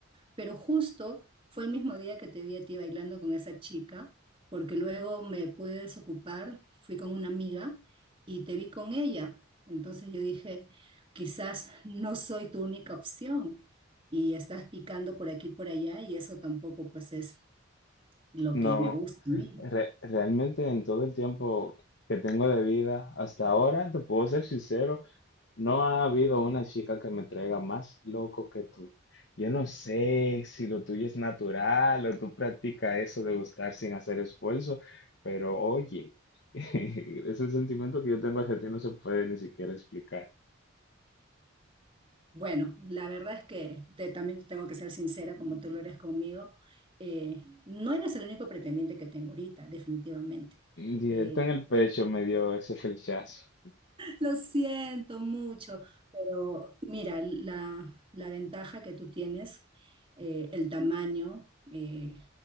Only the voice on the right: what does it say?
pero justo fue el mismo día que te vi a ti bailando con esa chica, porque luego me pude desocupar, fui con una amiga y te vi con ella. Entonces yo dije, quizás no soy tu única opción y estás picando por aquí y por allá y eso tampoco pues es lo
que me gusta a mí.
Bueno, la verdad es que te- también tengo que ser sincera como tú lo eres conmigo. eh, no eres el único pretendiente que tengo ahorita, definitivamente.
Eh,
Lo siento mucho, pero mira, la, la ventaja que tú tienes, eh, el tamaño, eh,